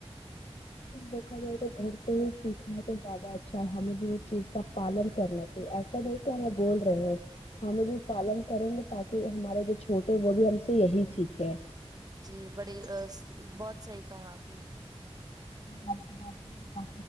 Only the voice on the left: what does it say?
دیکھا جائے تو گھر پہ ہی سیکھنا ہے تو زیادہ اچھا ہے ہمیں بھی وہ چیز کا پالن کرنا چاہیے ایسا نہیں کہ ہمیں بول رہے ہیں ہمیں بھی پالن کریں گے تاکہ ہمارے جو چھوٹے وہ بھی ہم سے یہی سیکھے
ھا